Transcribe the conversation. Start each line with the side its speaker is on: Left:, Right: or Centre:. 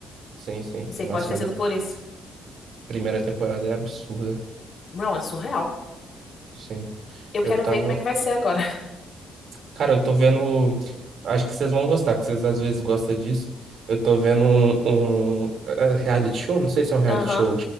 Right: Sim, sim.
Left: Não sei,
Right: Nossa,
Left: pode ter
Right: mas
Left: sido
Right: a
Left: por isso.
Right: primeira temporada é absurda.
Left: Não, é surreal.
Right: Sim.
Left: Eu quero
Right: Eu tava.
Left: ver como é que vai ser agora.
Right: Cara, eu tô vendo. Acho que vocês vão gostar, que vocês às vezes gostam disso. Eu tô vendo um, um, eh, reality show, não sei se é um reality
Left: <laughs> Aham.
Right: show.